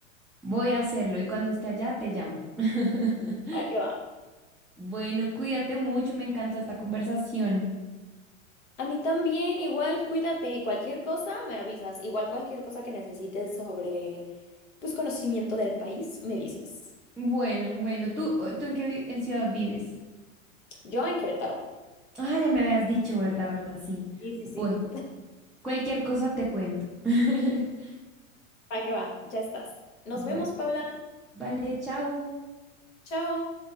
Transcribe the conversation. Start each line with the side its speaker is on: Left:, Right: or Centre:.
Centre: voy a hacerlo y cuando esté allá te llamo. <laughs>
Left: ¿Para qué va?
Centre: Bueno, cuídate mucho, me encantó esta conversación.
Left: A mí también, igual cuídate y cualquier cosa me avisas. Igual cualquier cosa que necesites sobre, pues, conocimiento del país, me dices.
Centre: Bueno, bueno, ¿tú, eh, tú en qué vi- en ciudad vives?
Left: Yo en Querétaro.
Centre: Ah, ya me habías dicho, ¿verdad? ¿Verdad? Sí.
Left: Sí, sí, sí.
Centre: Bueno, cualquier cosa te cuento. <laughs>
Left: Para qué va, ya estás. Nos
Centre: Bueno,
Left: vemos, Paula.
Centre: vale, chao.
Left: Chao.